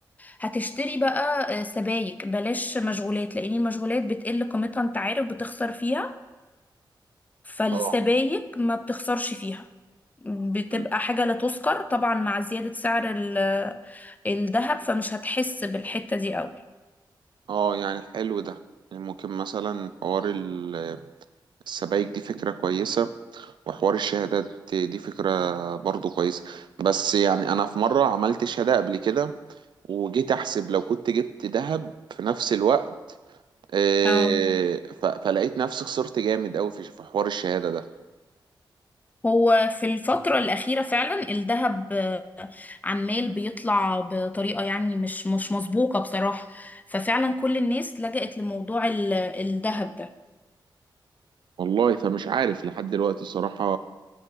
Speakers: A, on the left; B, on the right.
A: هتشتري بقى آه، سبايك بلاش مشغولات لان المشغولات بتقل قيمتها انت عارف بتخسر فيها فالسبايك
B: اه
A: ما بتخسرش فيها بتبقى
B: مم،
A: حاجة لا تذكر طبعا مع زيادة سعر ال- الذهب فمش هتحس بالحتة دي قوي
B: اه يعني حلو ده يعني ممكن مثلا حوار ال- السبائك دي فكرة كويسة وحوار الشهادات دي فكرة برضو كويسة بس يعني أنا في مرة عملت شهادة قبل كده وجيت أحسب لو كنت جبت ذهب في نفس الوقت آه،
A: اه
B: ف- فلقيت نفسي خسرت جامد أوي في في حوار الشهادة ده
A: هو في الفترة الأخيرة فعلا الذهب عمال بيطلع بطريقة يعني مش مش مسبوقة بصراحة ففعلا كل الناس لجأت لموضوع ال- الذهب ده
B: والله فمش عارف لحد دلوقتي الصراحة